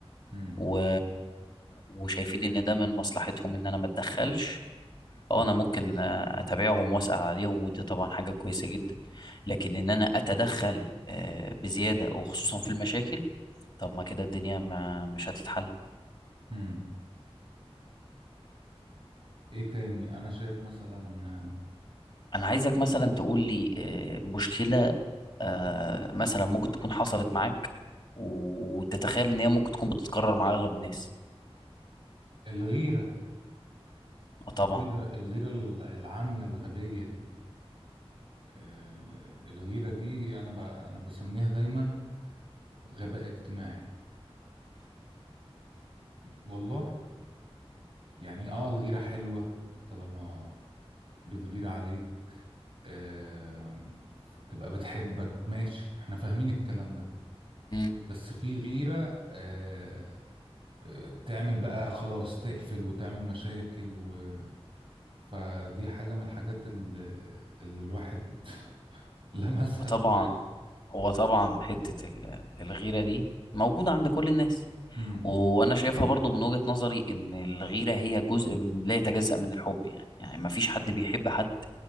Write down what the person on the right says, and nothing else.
امم
امم إيه تاني أنا شايف مثلا
الغيرة
الغيرة الغيرة العامية الغبية دي آه، الغيرة دي أنا ب... أنا بسميها دايما غباء اجتماعي والله يعني آه الغيرة حلوة طالما بتغير عليك آه... تبقى بتحبك ماشي احنا فاهمين الكلام ده
بس في غيرة آه... آه، تعمل بقى خلاص تقفل وتعمل مشاكل و... فدي حاجة من الحاجات اللي, اللي الواحد <laughs> لمسها
شوية
امم